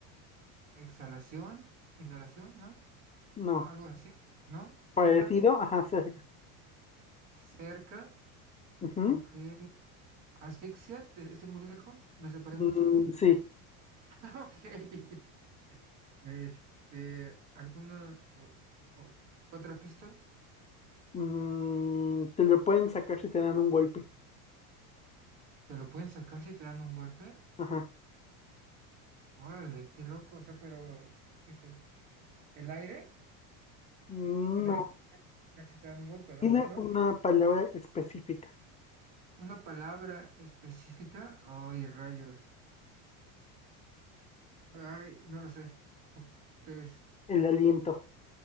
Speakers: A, on the right (about 75°); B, on the left (about 15°).
A: exhalación, inhalación, ¿no?
B: No,
A: Algo así, ¿no? Cerca,
B: parecido, ajá, cerca.
A: cerca,
B: Ujú.
A: ok. Asfixia, ¿Te- estoy muy lejos, me separé mucho.
B: Mm, sí.
A: <laughs> Ok. Este, ¿alguna o- o- otra pista?
B: Mm, te lo pueden sacar si te dan un golpe.
A: ¿Te lo pueden sacar si te dan un golpe?
B: Ajá.
A: Órale, qué loco, o sea, pero, ¿qué sé? ¿El aire?
B: Mm,
A: El
B: No,
A: aire casi te dan un golpe, ¿no?
B: tiene
A: ¿No?
B: una palabra específica,
A: Una palabra específica. Ay, rayos. Ay, no lo sé. Cu- ¿Qué es?
B: el aliento.